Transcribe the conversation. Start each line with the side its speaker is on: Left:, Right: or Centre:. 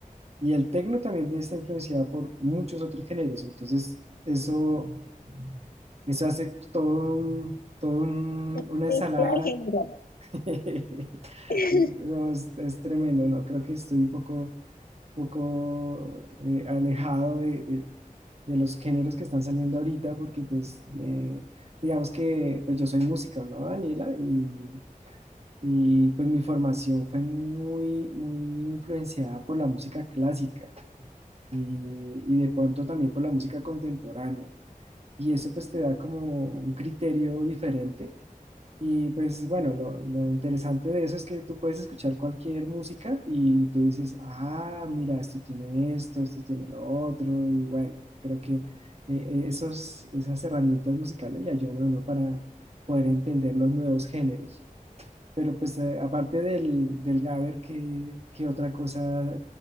Right: Y el tecno también está influenciado por muchos otros géneros, entonces eso, eso hace todo un- todo un-
Left: Una
Right: una ensalada.
Left: mezcla de género.
Right: <laughs>
Left: <laughs>
Right: Y, no, es, es tremendo, ¿no? Creo que estoy un poco, poco eh, alejado de, de- de los géneros que están saliendo ahorita, porque pues eh, digamos que pues yo soy músico, ¿no, Daniela? Y, y pues mi formación fue muy, muy influenciada por la música clásica y, y de pronto también por la música contemporánea. Y eso pues te da como un criterio diferente. Y pues bueno, lo, lo interesante de eso es que tú puedes escuchar cualquier música y tú dices, ah, mira, esto tiene esto, esto tiene lo otro. Y bueno, creo que eh, esos, esas herramientas musicales le ayudan a uno para poder entender los nuevos géneros. Pero pues eh, aparte del, del Gaber, ¿qué, qué otra cosa?